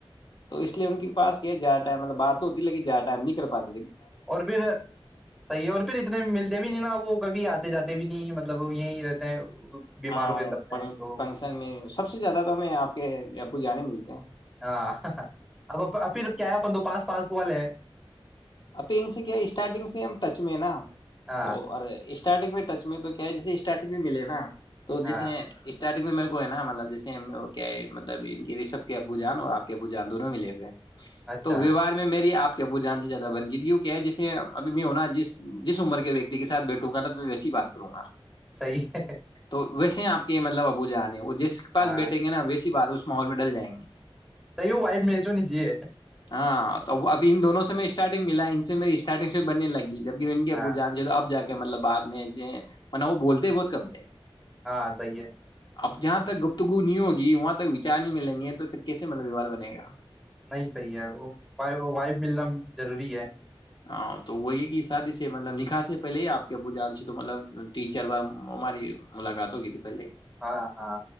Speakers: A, on the left; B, in the centre.
A: تو اس لیے ان کے پس کیا جا ٹائم مطل بات ہوتی لیکن جا ٹائم نہیں کر پاتا
B: اور پھر صحیح ہے اور پھر اتنے ملتے بھی نہیں نا وہ کبھی آتے جاتے بھی نہیں مطلب وہ یہیں رہتے ہیں بیمار
A: ہاںنکن
B: ہوئے تب سے تو
A: میں سب سے زیادہ تو ہمیں آپ کےپ جانے ملتے ہیں
B: ہاںب پھر کیاپند پاس پاس والے ہیں
A: اب ان سے کیا اسٹارٹنگ سے ہم ٹچ میں ہے نا
B: ہاں
A: وہ اور اسٹارٹنگ میں ٹ میں تو کیا ہے جسے اسٹارٹنگ بھی ملے نا تو
B: ہاں
A: جیسے اسٹارٹنگ میں میرے کو ہے نا مطلبیسے کیا ہے مطلب رسب کے ابو جان اور آپ کے ابوانونوں م لے ہوئے ہیں
B: اچھا
A: تو ویوار میں میری آپ کہ وہ ج ج بن گی کیا جسے اب میں ہو نا جس جس عمر کے ویکتی کے سھ بیٹھوں گا ن تو میں ویس ہی بات کروں گا
B: صیح ہے
A: تو ویسے آپ کے مطلب ابو جانے ہیں جس کے پس
B: ہاں
A: بیٹھیں گے نا ویسی بات اس اسمال مڈل جائیں گے
B: سحی ہو بھائی میں تووں نجیے
A: ہاں تو ابھی ان دونوں سے میں اس اسٹارٹنگ ملا ان سےیری اسٹارٹگ سے بنے لگی جب ان کی
B: ہاں
A: ابو جان سے تو اب جا کے مطلب بعد میں م وہ بولتے بہت کمتے
B: ہاں صی ہے
A: اب جہاں تک گپتگو نہیں ہوگی وہاں تک وچار نہیں ملیں گے تو پھر کیسے مطلب ویوہار بنے گا
B: نہیں صحیح ہے وہ وائف ملنا ضروری ہے
A: ہاں تو وہ یہ کہ شادی سے مطلب نکھاح سے پہلے ہی آپ کے ابو جان سے تو مطلب تین چار بار ہماری ملاقات ہوگی تھی پہلے ہی
B: ہاں ہاں